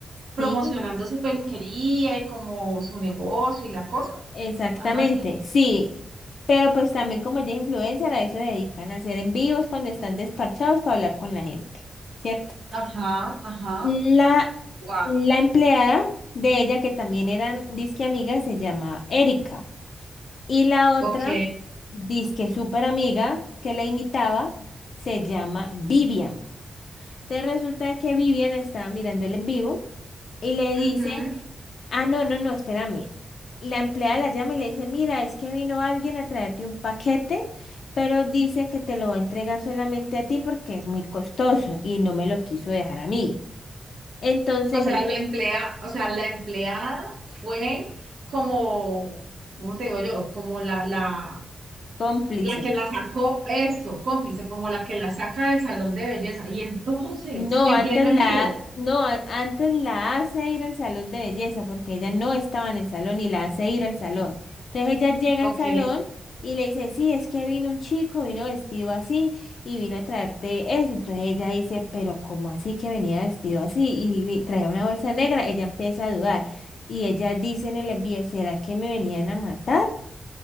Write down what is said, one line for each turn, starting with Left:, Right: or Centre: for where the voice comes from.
Right: promocionando
Left: sí.
Right: su peluquería y como su negocio y la cosa,
Left: Exactamente,
Right: algo así.
Left: sí, pero pues también como ella es influencer, a eso se dedican, a hacer en vivos cuando están despachados para hablar con la gente, ¿cierto?
Right: Ajá, ajá,
Left: La,
Right: guau
Left: la empleada de ella, que también eran disque amigas, se llama Erika. Y la otra,
Right: ok,
Left: disque súper amiga, que la imitaba, se llama Vivian. Te resulta de que Vivian estaba mirando el en vivo y le dice
Right: ujú.
Left: Ah, no, no, no, espérame. La empleada la llama y le dice, mira, es que vino alguien a traerte un paquete, pero dice que te lo va a entregar solamente a ti porque es muy costoso y no me lo quiso dejar a mí. Entonces,
Right: O sea,
Left: el
Right: la emplea, o sea, la empleada fue como, ¿cómo te digo yo? Como la, la,
Left: cómplice.
Right: la que la sacó, esto, cómplice, como la que la saca del salón de belleza. Y entonces,
Left: No,
Right: en
Left: antes
Right: pleno
Left: la,
Right: en vivo,
Left: no, a- antes la hace ir al salón de belleza porque ella no estaba en el salón y la hace ir al salón. Entonces ella llega
Right: ok,
Left: al salón y le dice, sí, es que vino un chico, vino vestido así y vino a traerte eso. Entonces ella dice, pero ¿cómo así que venía vestido así y vi- traía una bolsa negra? Ella empieza a dudar y ella dice en el envío, ¿será que me venían a matar